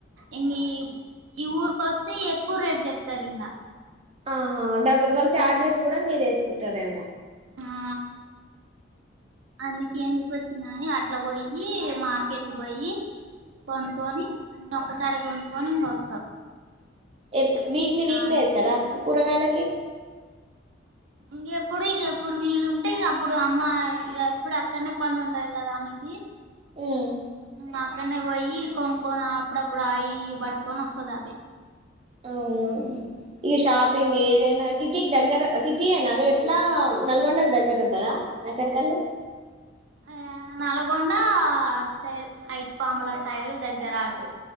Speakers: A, on the right; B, on the right.
A: ఇం ఈ ఊరికొస్తే ఎక్కువ రేట్ చెప్తారు ఇకా
B: ఆహా డబుల్ బల్ చార్జెస్ కూడా మీరు వేసుకుంటారేమో
A: ఆ అందుకి ఎందుకు వచ్చింది కాని అట్లా పోయి మార్కెట్కి పోయి కొనుక్కొని అ ఒక్కసారి కొనుక్కొని ఇంగోస్తాం
B: ఎప్ వీక్లీ వీక్లీ
A: అవి
B: వెళ్తారా
A: ఇవి అన్
B: కూరగాయలకి <inaudible>
A: ఇంకెప్పుడు ఇంకెప్పుడు వీలుుంటే ఇంక అప్పుడు అమ్మ ఇక ఎప్పుడు అక్కడనే పని ఉంటది కదా అమ్మకి
B: ఉమ్,
A: మాకనే వయి కోన్ కోన్ అప్పుడప్పుడు అయి ఈవి పట్టుకొని వస్తుంది అవి
B: అవున ఇక షాపిన్గ్ ఏదనాసి సిటీకి దగ్గర సిటీ ఎనా ఎట్లా నల్గొండకి దగ్గర ఉంటందా నకిరేకల్
A: ఆమె నల్గొండ అటు సైడ్ ఐటి పాంముల సైడు దగ్గర ఆటు